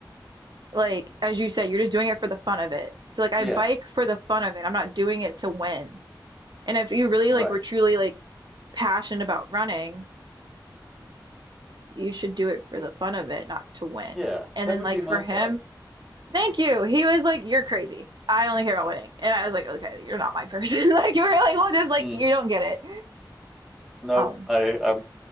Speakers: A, on the right; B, in the centre.
A: like as you said you're just doing it for the fun of it so like I
B: Yeah.
A: bike for the fun of it I'm not doing it to win and if you really
B: Right.
A: like were truly like passionate about running you should do it for the fun of it not to win
B: Yeah.
A: and
B: That
A: then
B: would
A: like
B: be my
A: for him
B: thought.
A: Thank you. He was like, "You're crazy. I only care about winning." And I was like, "Okay, you're not my person." <laughs> Like you were like, "Well, just like
B: Hmm.
A: you don't get it."
B: Nope.
A: Um,
B: I I'm